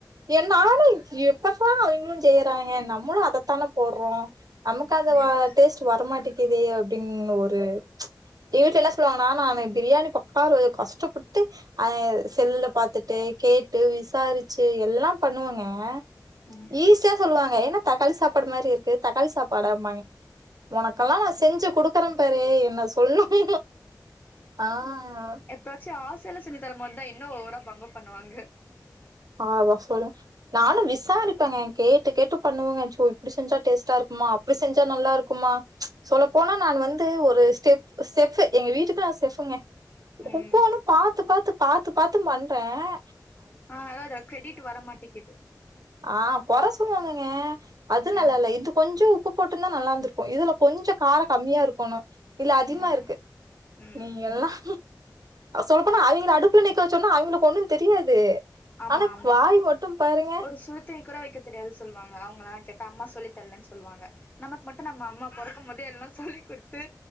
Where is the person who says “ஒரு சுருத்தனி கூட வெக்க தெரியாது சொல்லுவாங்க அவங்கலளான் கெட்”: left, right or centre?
Left